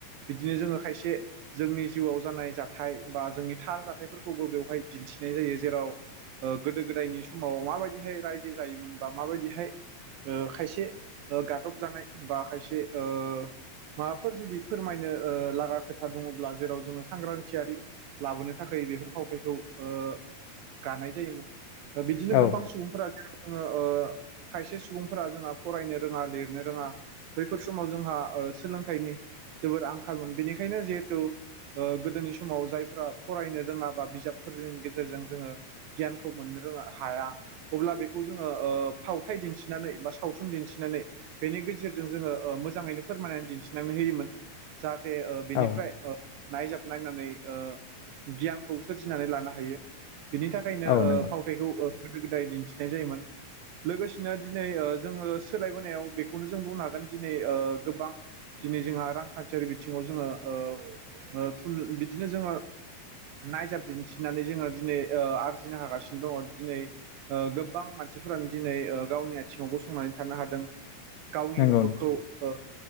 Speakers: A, on the right; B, on the left.
A: बिदिनो जोङो खायसे जोंनि जिउआव जानाय जाथाय बा जोंनि थार जाथायफोरखौबो बेवहाय दिन्थि थिनाय जायो जेराव ओ गोदो गोदायनि समाव माबायदिहाय रायजो जायोमोनबा माबायदिहाय ओ खायसे गादब जानाय बा खायसे ओ माबाफोर जुदि फोरमायनो लागा खोथा दङब्ला जेराव जोङो सांग्रांथियारि लाबोनो थाखाय बेफोर फावथायखौ ओ गानाय जायोमोन बिदिनो
B: औ
A: गोबां सुबुंफोरा जेराव जोङो ओ खायसे सुबुं- फोरा जोंहा फरायनो रोङा लिरनो रोङा बैफोर समाव जोंहा ओ सोलोंथाइनि जोबोर आंखालमोन बेनिखायनो जिहेथु गोदो- नि समाव जायफोरा फरायनो रोङा बा बिजाबफोरजोंनि गेजेरजों जोङो गियानखौ मोननो रोङा हाया अब्ला बेखौ जोङो ओ फावथाय दिन्थि- नानै बा सावथुन दिन्थिनानै बेनि गेजेरजों जोङो ओ मोजाङैनो फोरमायनानै दिन्थिनानै होयोमोन। जाहाथे ओ बेनिफ्राय
B: औ
A: ओ नायजाब नायनानै ओ गियानखौ सोरजिनानै लानो हायो। बिनि थाखायनो
B: औ
A: ओ
B: नंगौ
A: फावथाइखौ ओ गोदो गोदाय दिन्थिनाय जायोमोन। लोगोसेनो दिनै ओ जोङो सोलायबोनायाव बेखौनो जों बुंनो हागोन दिनै ओ गोबां दिनै जोंहा रांखान्थियारि बिथिङाव जोङो ओ ओ थुल बिदिनो जोङो नायजाब दिन्थिनानै जोङो दिनै ओ आरजिनो हागासिनो दङ'। दिनै ओ गोबां मान- सिफोरानो दिनै ओ गावनि आथिङाव गसंनानै थानो हादों। गावनि
B: नंगौ
A: न'खरखौ ओ ओ